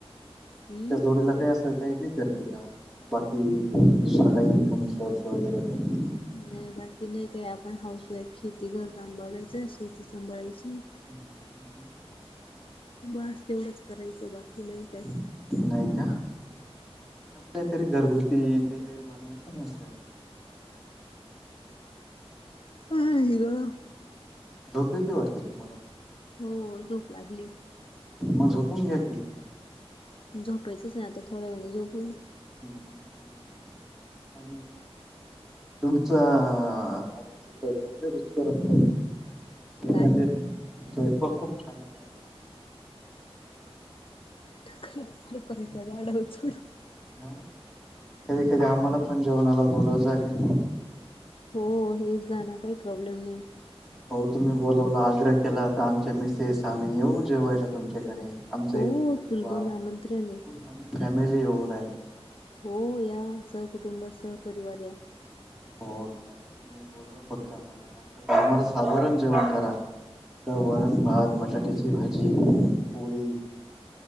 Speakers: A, on the left; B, in the centre.
A: हम्म
B: त्या जोडीला काय असलं. काही नाही करते का? बाकी दुसर काय इनकम सोर्स वगैरे काही?
A: नाही बाकी नाही काय. आपण हाऊस वाईफ शेती, घर काम बघायचं, शेती सांभाळायची
B: <unintelligible>
A: बास तेवढंच करायचं, बाकी नाही काय.
B: नाही का, असं काहीतरी घरगुती काहीतरी बनवायचं ना असं.
A: आई गं.
B: झोप येती वाटत तुम्हाला.
A: हो झोप लागली.
B: मग झोपून घ्या की,
A: झोपायचंच आहे, आता थोड्या वेळाने झोपू ना.
B: हं हं हं. अ
A: <inaudible>
B: तुमचा हात स्वयंपाक लै, रुचकर असतो म्हणे. स्वयंपाक
A: काय
B: खूप छान बनवता म्हणे. तुम्ही.
A: <unintelligible> झाडावर चढू.
B: हा कधी कधी आम्हाला पण जेवणाला बोलवत जा ग.
A: हो हेच जाण काही प्रॉब्लेम नाही.
B: हो तुम्ही बोलावला आग्रह केला. तर आमच्या मिसेस आम्ही येवू जेवायला तुमच्याकडे. आमचं
A: हो
B: एक
A: हो,
B: छोटस
A: चुलबंद
B: बाळ
A: आमंत्रण आहे.
B: आम्ही फॅमिली येऊ डायरेक्ट.
A: हो या, सहकुटुंब सहपरिवार या.
B: हो चालेल तुम्ही बोलवा फक्त, आम्हाला असं आम्हाला साधारण जेवण करा. आपलं वरण भात बटाट्याची भाजी. पोळी